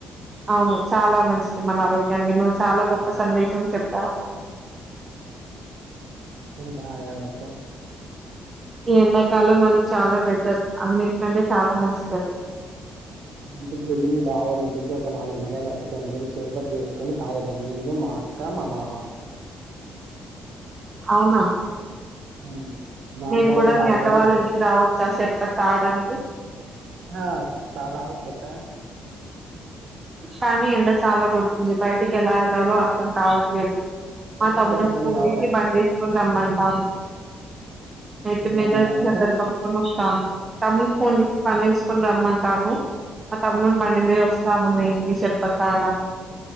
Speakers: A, on the right (about 30°); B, on the right (about 65°).
A: అవును చాలా మంచిది మన ఆరోగ్యానికి నువ్వు చాలా గొప్ప సందేశం చెప్తావు
B: తాగాలి ఐతే <unintelligible>
A: ఈ ఎండాకాలం అది చాలా బెటర్ అన్నిటికంటే చాలా మంచిదది
B: మా ఇంటికి వెళ్ళి మీ బావోళ్ళింటికి ఒక నాలుగు నిమ్మకాయలు పట్టుకొని పోయి చెరుపతి చేసుకొని తాగుతం నేను మా అక్క మా బావ
A: అవునా
B: ఉమ్. మా
A: నేను
B: అక్క వాళ్ళు
A: కూడా
B: తాగుతారో
A: మీ అక్కా వాళ్ళ ఇంటికి రావచ్చా సర్ అది తాగడానికి
B: ఆ రావచ్చక్కా
A: కానీ ఎండ చాలా కొడుతుంది బయటికి ఎలా వెళ్లాలో అర్థం కావట్లేదు
B: ఎవరు
A: మా తమ్మునికి
B: కప్పుకొని
A: ఫోన్
B: రావాలక్క
A: చేసి బండి వేసుకుని రమ్మంటాను ఐతే
B: ఎవరి
A: మీద
B: రమ్మనాలక్క
A: దగ్గర <unintelligible> హద్ద పకుస్తా ఫోన్ పండించుకుని రమ్మంటాను ఆ తమ్ముం బండి మీద వస్తుం మేందుకిషర్పతవడానా